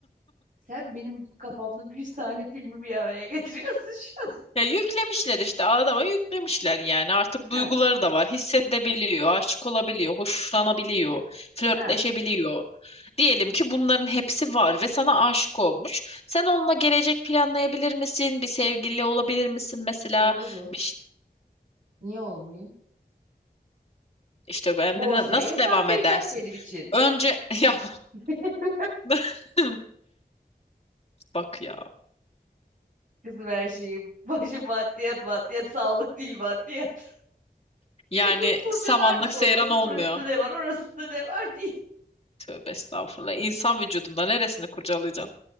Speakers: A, on the right; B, on the left.
A: Sen benim kafamda 100 tane filmi bir araya getiriyorsun şu an.
B: Ya yüklemişler işte adama yüklemişler yani artık
A: Ha,
B: duyguları da var hissedebiliyor aşık olabiliyor hoşlanabiliyor flörtleşebiliyor
A: ha,
B: diyelim ki bunların hepsi var ve sana aşık olmuş sen onunla gelecek planlayabilir misin bir sevgili olabilir misin mesela
A: olurum.
B: bir şey,
A: Niye olmayayım?
B: işte ben
A: Borsayı
B: de na- nasıl
A: hesaplayacak
B: devam edersin
A: benim için.
B: önce <laughs> ya
A: <laughs>
B: <laughs> bak ya
A: Kızım her şeyi başı maddiyat maddiyat sağlık değil maddiyat. <laughs>
B: yani
A: Her gün kurcalardım
B: samanlık
A: onu.
B: seyran
A: Onun
B: olmuyor
A: burasında ne var orasında ne var diye.
B: tövbe estağfurullah İnsan vücudunda neresini kurcalayacaksın